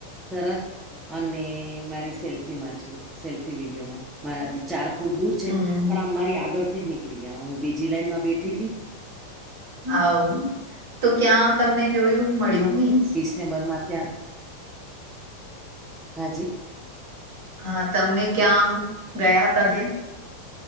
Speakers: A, on the right; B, on the right.
A: સરસ અને મારી સેલ્ફી માં છે સેલ્ફી વિડીયોમાં મારાથી ચાર. ફૂટ દૂર છે
B: હમ
A: પણ આ મારી આગળ થી જ નીકળી ગયા હું બીજી લાઈનમાં બેઠી હતીથી.
B: હા તો ક્યાં તમને જોયું મળ્યું મીન્સ.
A: ચેમ્બર માં ત્યાં હાજી.
B: હા તમને ક્યાં ગયા હતા ત્યાં.